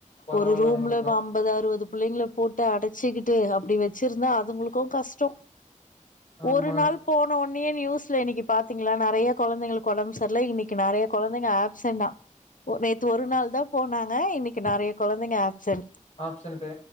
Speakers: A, on the left; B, on the left.
A: பரவால்லாம
B: ஒரு ரூம்ல
A: இருக்கு
B: அம் பது அறுபது புள்ளைங்கள போட்டு அடைச்சிக்கிட்டு அப்டி வச்சிருந்தா அதுங்களுக்கு கஸ்ட
A: ஆமாங்க
B: ஒரு நாள் போன ஒன்னயே நியூஸ்ல இன்னிக்கு பாத்தீங்களா நெறய கொழந்தைங்களுக்கு ஒடம்பு சர்ல இன்னைக்கு நெறய கொழந்தைங்க ஆப்சென்டா நேத்து ஒரு நாள் தா போனாங்க இன்னைக்கு நெறய கொழந்தைங்க ஆப்சன்ட்
A: ஆப்சன்ட்டு